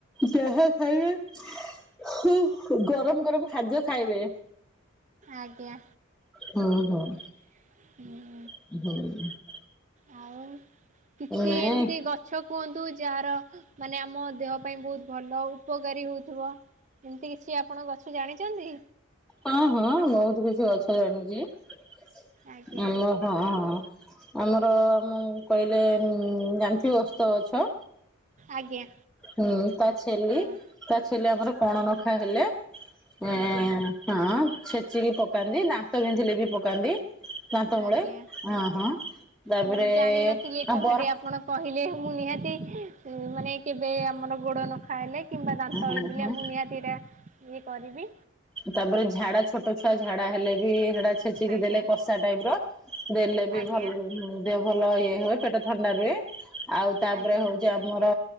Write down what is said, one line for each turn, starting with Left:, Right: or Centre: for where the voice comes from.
Centre: ଯାହା ଖାଇବେ ହା ଗରମ ଗରମ ଖାଦ୍ୟ ଖାଇବେ।
Right: ଆଜ୍ଞା।
Centre: ହୁଁ ହୁଁ।
Right: <inaudible>
Centre: ହୁଁ।
Right: ହଁଉ କିଛି
Centre: ନାଇଁ
Right: ଏମିତି ଗଛ ଗଛ କୁହନ୍ତୁ ଯାହାର ମାନେ ଆମ ଦେହ ପାଇଁ ବହୁତ ଭଲ ଉପକାରୀ ହଉଥିବ। ଏମିତି କିଛି ଆପଣ ଗଛ ଜାଣିଛନ୍ତି?
Centre: ହଁ ହଁ ବହୁତ କିଛି ଗଛ ଜାଣିଛି
Right: ଆଜ୍ଞା
Centre: ଆମ ହଁ ହଁ ଆମର ଆମ କହିଲେ ଯାଣୀଥିବ ଓସ୍ତ ଗଛ
Right: ଆଜ୍ଞା।
Centre: ହୁଁ ତା ଛେଲି
Right: ହଁ।
Centre: ତା ଛେଲି ଆମର କଣ
Right: ଆଜ୍ଞା
Centre: ନଖା ହେଲେ ଆଁ
Right: ଆଜ୍ଞା
Centre: ହଁ ଛେଚିକି ପକାନ୍ତି ଦାନ୍ତ ଵିନ୍ଧିଲେ ବି ପକାନ୍ତି। ଦାନ୍ତମୂଳେ
Right: ଆଜ୍ଞା।
Centre: ଅ ହଁ ତାପରେ
Right: ମୁଁ ଜାଣିନଥିଲି ଏ କଥାଟି
Centre: ଆ ବର
Right: ଆପଣ କହିଲେ ମୁଁ ନିହାତି ମାନେ କେବେ ଆମର ଗୋଡ ନ ଖାଇଲେ କିମ୍ବା ଦାନ୍ତ
Centre: ହଁ
Right: ବିନ୍ଧିଲେ
Centre: ହଁ
Right: ମୁଁ ନିହାତି ଏଟା ଇଏ କରିବି
Centre: ତାପରେ ଝାଡା ଛୋଟ ଛୁଆ ଝାଡା ହେଲେ ବି ସେଡା ଛେଚିକି
Right: ଆଜ୍ଞା
Centre: ଦେଲେ କଷା ଟାଇପ ର ଦେଲେ ବି
Right: ଆଜ୍ଞା
Centre: ଭଲ ଦେହ ଭଲ ଇଏ ହୁଏ ପେଟ ଥଣ୍ଡା ରୁହେ ଆଉ ତାପରେ
Right: ଆଜ୍ଞା
Centre: ହଉଛି ମୋର